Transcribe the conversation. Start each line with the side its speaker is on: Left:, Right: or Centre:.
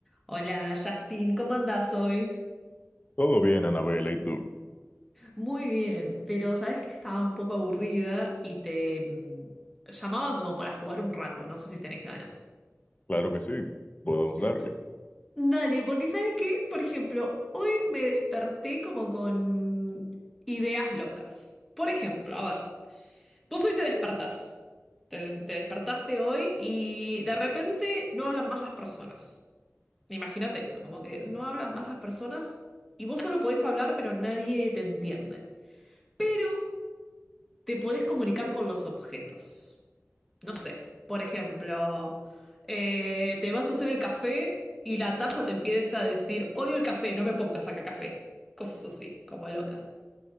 Centre: Hola Justin, ¿cómo andás hoy?
Left: Todo bien, Anabela, ¿y tú?
Centre: Muy bien, pero sabes que estaba un poco aburrida y te mm, llamaba como para jugar un rato, no sé si tenés ganas.
Left: Claro que sí, podemos darle.
Centre: P- Dale, porque sabes que, por ejemplo, hoy me desperté como con ideas locas. Por ejemplo, a ver, vos hoy te despertás, te, te despertaste hoy y de repente no hablan más las personas. Imagínate eso, como que no hablan más las personas y vos solo podés hablar, pero nadie te entiende. pero te podés comunicar con los objetos. No sé, por ejemplo, eh, te vas a hacer el café y la taza te empieza a decir, odio el café, no me pongas acá café. Cosas así, como locas.